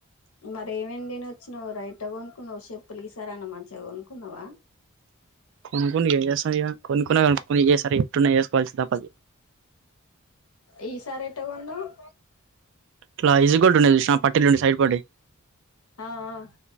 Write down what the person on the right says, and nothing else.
కొనుక్కనిగా ఎం చేస్తాం ఇగ కొనుక్కన్నా కొనుని <unintelligible> ఎట్టున్నా వేసుకోవాల్సి తప్పదు
ఇలా ఇజగోల్డ్ ఉండే చూస్ న పట్టిల్ ఉండి సైడ్ పటి